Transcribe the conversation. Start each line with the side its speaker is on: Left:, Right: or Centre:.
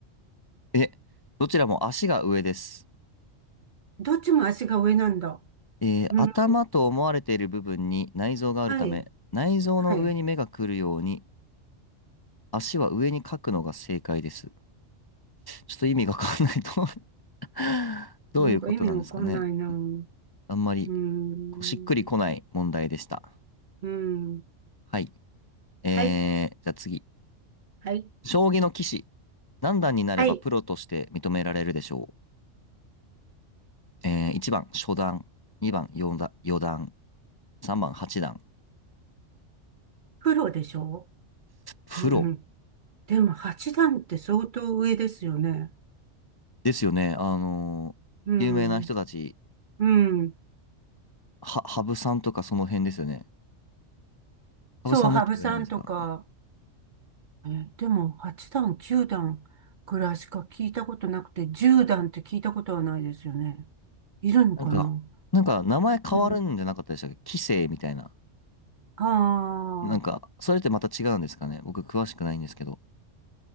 Left: え、どちらも足が上です。
Right: どっちも足が上なんだ。
Left: えー頭と思われている部分に内臓があるため、
Right: うん。はい。
Left: 内臓の上に目が来るように、
Right: はい。
Left: 足は上に書くのが正解です。ちょっと意味がわかんないと <laughs> どういうことなんですかね。
Right: なんか意味わかんないな。う
Left: あんまり、
Right: ん。
Left: こうしっくりこない問題でした。
Right: うん。
Left: はい。えー、
Right: はい。
Left: じゃあ次。
Right: はい。
Left: 将棋の棋士。何段になればプロとして認められるでしょ
Right: はい。
Left: う。えー、1番、初段。2番、四段、四段。3番8段。
Right: プロでしょ
Left: プロ
Right: うん。でも八段って相当上ですよね。
Left: ですよね。あのー有名な人たち、
Right: うん。うん。
Left: は、羽生さんとかその辺ですよね。
Right: そう、
Left: 羽生さんもっと上なんですか
Right: 羽生さんとか、え、でも、8段、9段くらいしか聞いたことなくて、10段って聞いたことはないですよね。いるのかな
Left: なんか、なんか名前変わるんじゃなかったでしたっけ棋聖みたいな。
Right: うん。ああ、
Left: なんか、それってまた違うんですかね。僕詳しくないんですけど。